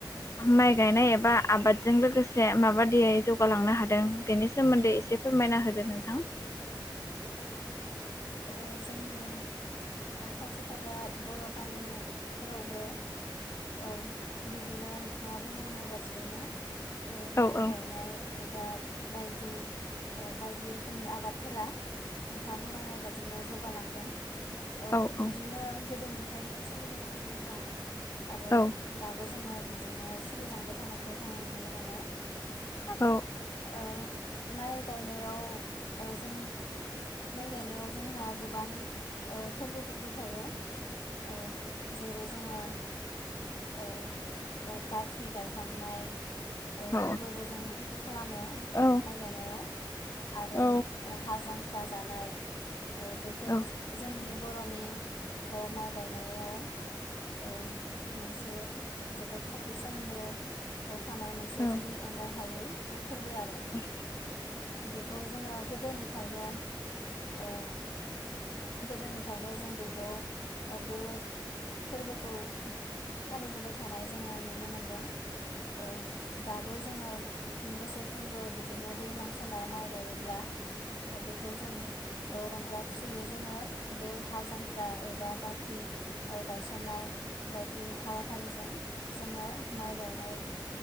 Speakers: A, on the left; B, on the left.
A: माइ गायनाय एबा आबादजों लोगोसे माबादियै जौगालांनो हादों बेनि सोमोन्दै एसे फोरमायना होदो नोंथां
B: औ जोंनि खाथि खाजा बर' गामिफोरावबो औ बि बिदिनो नोंथाङा बुंलांनाय बादियैनो माइ
A: औ औ
B: गायनाय एबा बायदि बायदि ओ रोखोमनि आबादफोरा नोंथांङा बुंलांनाय बादिनो जौ गालांदों। ओ
A: औ
B: बिदिनो
A: औ
B: गोदोनिफ्रायनो सोलिबोगासिनो दं आरो
A: औ
B: दाबो जोंङो बिदिनो सोलिलांबाय थानायखौ जों नुनो मोनो।
A: औ
B: औ माइ गायनायाव ओ जों माइ गायनायाव जोंहा गोबां ओ फोरबोफोरबो थायो। औ जेरै जोङो ओ बाख्रि गायखन्नाय
A: औ
B: फोरबोबो जों खालामो
A: औ
B: माइ गायनायाव आरो
A: औ
B: हाजां ख्रा जानाय ओ बेफोर
A: औ
B: जोंनि बरनि माइ गायनायाव औ मोनसे जोबोद खाथि सोमोन्दो थानाय मोनसे
A: औ औ
B: जोंनि
A: औ
B: एंगार हायै फोरबो आरो
A: औ
B: बेखौ जोङो गोदोनि फ्रायनो ओ गोदोनिफ्रायनो जों बेखौ बे फोरबोखौ। फालिबोबाय थानाय जोंङो नुनो मोनदों। ओ दाबो जोङो बोसोरफ्रोमबो बिदिनो दैज्लां समाव माइ गायोब्ला खौ जों रंजा खुसियै जोंङो बे हालजांख्रा एबा बा ख्रि गायसननाय बायदि हाबाफारिजों जोङो माइ गायनाय